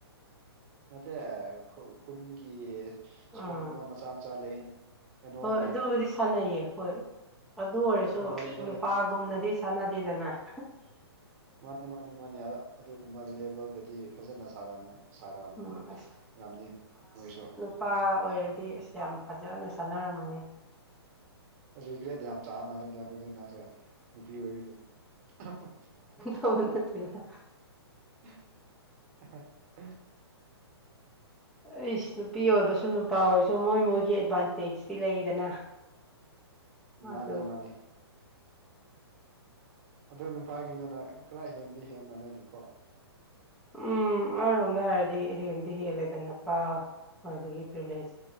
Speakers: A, on the right; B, in the centre.
A: ꯅꯠꯇꯦ ꯈꯨ ꯈꯨꯟꯒꯤ ꯏꯁꯄꯣꯠ
B: ꯎꯝ
A: ꯀꯨꯝꯕ ꯃꯆꯥ ꯃꯆꯥ ꯂꯩꯅꯦ ꯀꯩꯅꯣꯒꯤ
B: ꯍꯣꯏ ꯑꯗꯨꯕꯨꯗꯤ ꯁꯥꯟꯅꯩꯌꯦ ꯍꯣꯏ ꯑꯗꯨ ꯑꯣꯏꯔꯁꯨ
A: ꯑꯗꯨꯒꯨꯝꯕ ꯂꯦꯕꯦꯜꯗꯗꯤ
B: ꯅꯨꯄꯥꯒꯨꯝꯅꯗꯤ ꯁꯥꯟꯅꯥꯗꯦꯗꯅ <inaudible>
A: ꯃꯥꯅꯦ ꯃꯥꯅꯦ ꯃꯥꯅꯦ ꯑꯗꯨꯒꯨꯝꯕ ꯂꯦꯚꯦꯜꯗꯗꯤ ꯐꯖꯅ ꯁꯥꯔꯝ ꯁꯥ ꯔꯥꯝ
B: ꯎꯝ
A: ꯔꯥꯝꯅꯤ ꯅꯣꯏꯁꯨ
B: ꯄꯥ ꯑꯣꯏꯔꯗꯤ ꯑꯁ ꯌꯥꯝ ꯐꯖꯅ ꯁꯥꯟꯅꯔꯝꯃꯅꯤ
A: ꯔꯤꯒ꯭ꯔꯦꯠ ꯌꯥꯝ ꯆꯥ ꯃꯥꯜꯂꯦꯅꯦ ꯑꯗꯨꯗꯤ ꯅꯪꯁꯦ ꯨꯅꯨꯄꯤ ꯑꯣꯏꯕꯒꯤ <unintelligible>
B: <unintelligible>
A: <unintelligible>
B: ꯑꯩꯁ ꯅꯨꯄꯤ ꯑꯣꯏꯕꯁꯨ ꯅꯨꯄꯥ ꯑꯣꯏꯔꯁꯨ ꯃꯣꯏ ꯃꯣꯏꯒꯤ ꯑꯦꯗꯚꯥꯟꯇꯦꯖꯇꯤ ꯂꯩꯗꯅ
A: ꯃꯥꯅꯦ
B: ꯑꯗꯨ
A: ꯃꯥꯅꯦ ꯑꯗꯨ ꯅꯨꯄꯥꯒꯤꯅꯤꯅ ꯈꯔ ꯍꯦꯟꯗꯤ ꯍꯦꯝꯃꯜꯂꯦꯅꯦꯀꯣ
B: ꯎꯝ ꯑꯃꯥꯔꯣꯝꯗ ꯍꯥꯏꯔꯗꯤ ꯍꯦꯟꯗꯤ ꯍꯦꯜꯂꯦꯗ ꯅꯨꯄꯥ ꯑꯣꯏꯕꯒꯤ ꯄ꯭ꯔꯤꯚꯂꯦꯖ